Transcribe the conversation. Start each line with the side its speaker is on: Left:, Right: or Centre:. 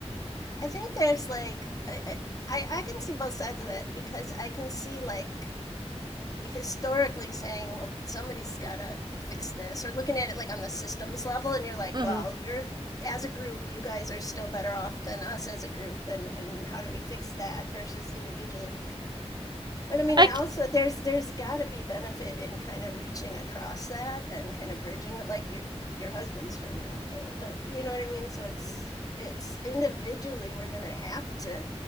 Left: I think there's like I, I I can see both sides of that because I can see like historically saying, well, somebody's got to fix this, or looking at it like on the systems level, and you're like,
Right: <laughs> mm-hmm.
Left: well, you're as a group, you guys are still better off than us as a group, and and how do we fix that versus individually? But I mean,
Right: I.
Left: I also there's there's got to be benefit in kind of reaching across that and kind of bridging with like your your husband's German, okay? But you know what I mean. So it's it's individually we're gonna have to